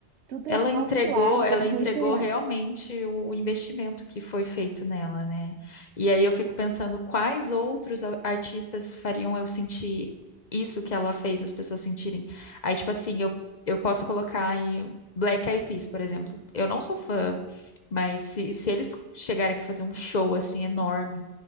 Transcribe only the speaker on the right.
tudo
é calculado,
é
muito real.